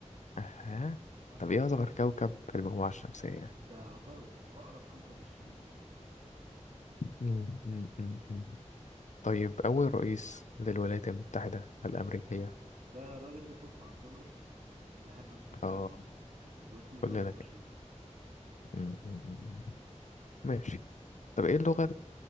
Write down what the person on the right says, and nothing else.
اه
ده عطارد واقرب كوكب للشمس
ده الراجل ده صورته على الدولار اللي حابب امسكه
يعني واسمه جورج
واشنطن